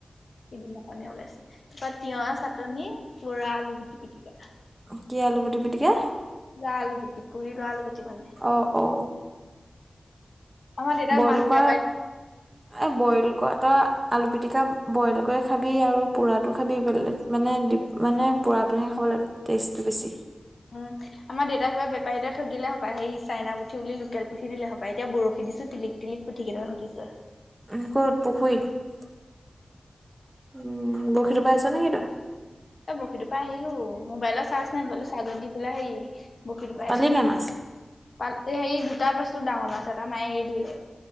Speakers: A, on the left; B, on the right.
A: সিদিনাখনে ওলাইছে। তাপা তিঁয়হ চাটনি, পুৰা আলু গুটি পিটিকা।
B: কি আলু গুটি পিটিকা
A: পুৰা আলুগুটি পুৰি লোৱা আলুগুটি। মানে
B: অ', অ'।
A: আমাৰ দেতাক
B: বইল
A: মাছ
B: কৰা
A: বেপাই
B: এ, বইল কৰা ত আলু পিটিকা বইল কৰি খাবি আৰু পুৰাটো খাবি বেলেগ মানে দি মানে পোৰাটোহে খাবলে টেষ্টটো বেছি।
A: উম, আমাৰ দেতাক কিবা বেপাৰী এটাই ঠগিলে হপায়, হেই চাইনা পুঠি বুলি লোকেল পুঠি দিলে হপায় এতিয়া বৰশীত দিছো তিলিক তিলিক পুঠি কেইটামান উঠিছে।
B: উম, ক'ত পুখুৰীত? উম, বৰশী টোপাই আছ নেকি তই?
A: এই বৰশী টোপাই আহিলো মোবাইলৰ চাৰ্জ নাই, মোবাইলটো চাৰ্জত দি পেলাই হেই বৰশী টোপাই
B: পালি
A: আছোঁ।
B: নাই মাছ?
A: পাল এ হেই দুটা পাইছোঁ ডাঙৰ মাছ এটা মায়ে এৰি দিলে।